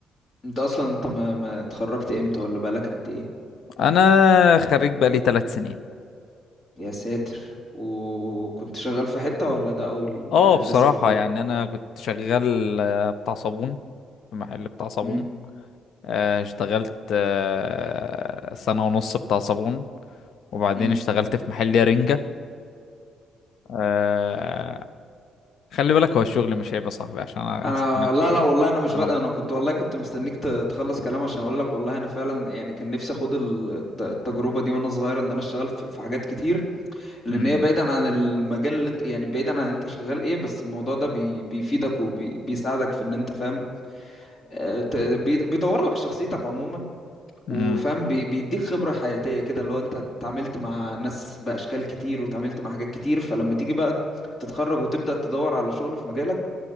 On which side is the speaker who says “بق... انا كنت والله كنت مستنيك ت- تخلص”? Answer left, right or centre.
Left